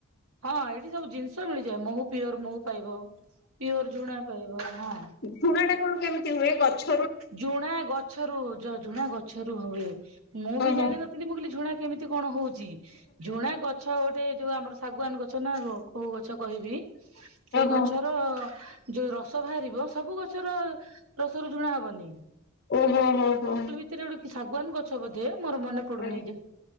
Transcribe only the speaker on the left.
ଝୁଣାଟା କଣ କେମିତି ହୁଏ ଗଛ
ଓହୋ
ଓହୋ
ଓହୋ ହୋ ହଁ।
ଆଜ୍ଞା